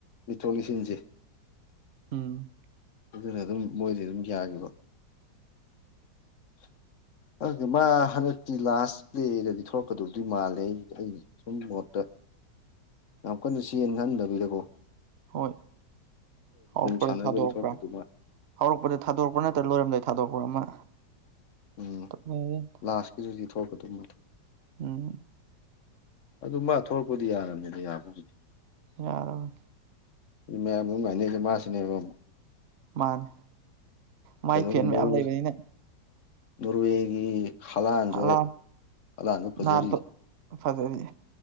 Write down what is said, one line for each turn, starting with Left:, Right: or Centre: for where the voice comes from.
Left: ꯄꯇ꯭ꯔꯣꯜꯁꯤꯟꯁꯦ
Right: ꯎꯝ
Left: ꯑꯗꯨꯅ ꯑꯗꯨꯝ ꯃꯣꯏꯗꯤ ꯑꯗꯨꯝ ꯌꯥꯈꯤꯕ <inaudible> ꯑꯗꯨꯗꯤ ꯃꯥ ꯍꯟꯗꯛꯇꯤ ꯂꯥꯁ ꯄ꯭ꯂꯦꯗꯗꯤ ꯊꯣꯛꯂꯛꯀꯗꯕꯗꯤ ꯃꯥꯜꯂꯦ ꯑꯩ ꯑꯩ ꯁꯨꯝ ꯃꯣꯠꯇ ꯌꯥꯝ ꯀꯟꯅ ꯆꯟ ꯍꯟꯗꯕꯤꯗꯀꯣ
Right: ꯍꯣꯏ ꯍꯧꯔꯛꯄꯗ
Left: ꯁꯥꯟꯅꯕꯒꯤ
Right: ꯊꯥꯗꯣꯔꯛꯄ꯭ꯔꯥ
Left: ꯊꯣꯛꯂꯛꯀꯗꯧ ꯃꯥꯜꯂꯦ
Right: ꯍꯧꯔꯛꯄꯗ ꯊꯥꯗꯣꯔꯛꯄ꯭ꯔꯥ ꯅꯠꯇ ꯂꯣꯏꯔꯝ ꯂꯩ ꯊꯥꯗꯣꯛꯄ ꯑꯃ
Left: ꯎꯝ
Right: ꯇꯧꯅꯔꯤ
Left: ꯂꯥꯁꯀꯤꯗꯨꯗꯤ ꯊꯣꯛꯀꯗ ꯃꯗ
Right: ꯎꯝ
Left: ꯑꯗꯨ ꯃꯥ ꯊꯣꯛꯂꯛꯄꯗꯤ ꯌꯥꯔꯕꯅꯤꯗ ꯌꯥꯕꯕꯨꯗꯤ
Right: ꯣ
Left: ꯃꯌꯥꯝ ꯑꯗꯨꯝ ꯉꯥꯏꯅꯦꯗꯦ ꯃꯥꯁꯤꯅꯦꯕ ꯑꯃꯨꯛ
Right: ꯃꯥꯅꯦ ꯃꯥꯏ
Left: ꯀꯩꯅꯣꯒꯤ
Right: ꯐꯦꯟ ꯃꯌꯥꯝ
Left: ꯅꯣꯔꯋꯦ
Right: ꯂꯩꯕꯅꯤꯅ
Left: ꯅꯣꯔꯋꯦꯒꯤ ꯍꯂꯥꯟꯁꯨ
Right: ꯍꯂꯥꯟ
Left: ꯑꯂꯥꯟꯁꯨ ꯐꯖꯔꯤ
Right: ꯅꯍꯥꯟ ꯐꯖꯔꯤ